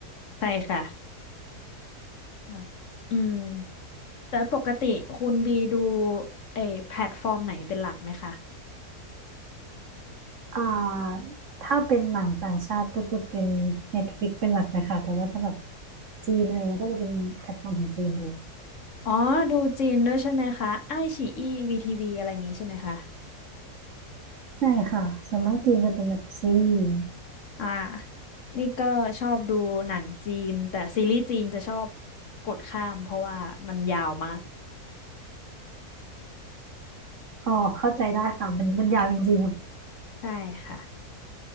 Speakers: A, on the left (about 55°); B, on the right (about 50°).
A: ใช่ค่ะครับอืมแต่ปกติคุณบีดูเออแพลตฟอร์มไหนเป็นหลักไหมคะ
B: อ่าถ้าเป็นหนังต่างชาติก็จะเป็น Netflix เป็นหลักนะคะแต่ว่าถ้าแบบจีนอะไรเงี้ยก็จะเป็นแพลตฟอร์มของจีนเลย
A: อ๋อดูจีนด้วยใช่ไหมคะไอ้ฉีอี้วีทีวีอะไรอย่างงี้ใช่ไหมคะ
B: ใช่ค่ะส่วนมากจีนจะเป็นแบบซีรีส์
A: อ่านี่ก็ชอบดูหนังจีน แต่ซีรีส์จีนจะชอบกดข้ามเพราะว่ามันยาวมาก
B: อ๋อเข้าใจได้ค่ะมันมันยาวจริง
A: ใช่ค่ะ